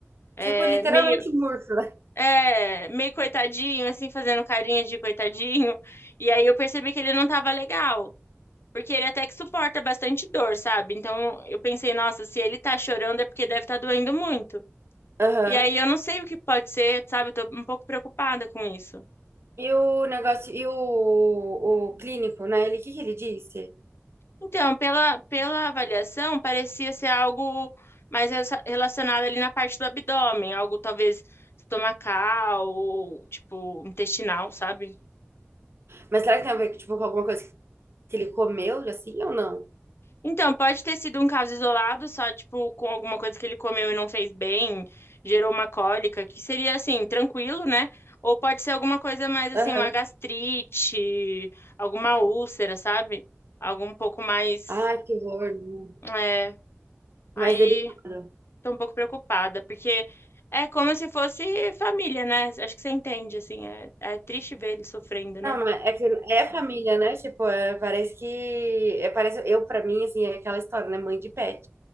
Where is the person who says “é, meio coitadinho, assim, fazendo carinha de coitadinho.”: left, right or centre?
Left